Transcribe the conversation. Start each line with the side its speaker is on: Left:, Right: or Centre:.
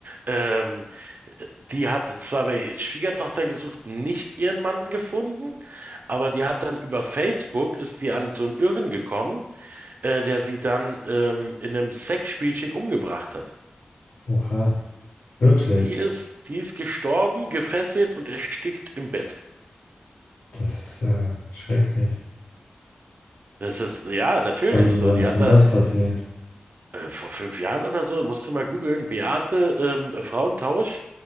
Right: Ähm, die hat zwar bei Schwiegertochter gesucht, nicht ihren Mann gefunden, aber die hat dann über Facebook ist die an so einen Irren gekommen, äh, der sie dann ähm, in einem Sexspielchen umgebracht hat.
Left: Oha, wirklich.
Right: Die ist, die ist gestorben, gefesselt und erstickt im Bett.
Left: Das ist ja schrecklich.
Right: Das ist, ja, natürlich.
Left: Wann,
Right: So,
Left: wann
Right: die
Left: ist
Right: hat
Left: denn
Right: da
Left: das passiert?
Right: äh, vor fünf Jahren oder so, musst du mal googeln, Beate ähm, Frauentausch,